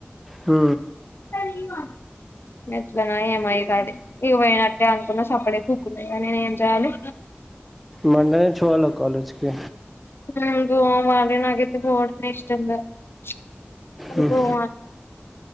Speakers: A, in the centre; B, on the left.
A: ఆ
B: గది ఇయమను గట్లన ఏమో ఇగ అది ఇగ పోనట్టే అనుకున్నా సప్పడే కూకున్న ఇగ నేను ఏం చేయాలి
A: మండే నుంచి పో అన్న కాలెజ్ కి
B: <unintelligible>
A: మ్మ్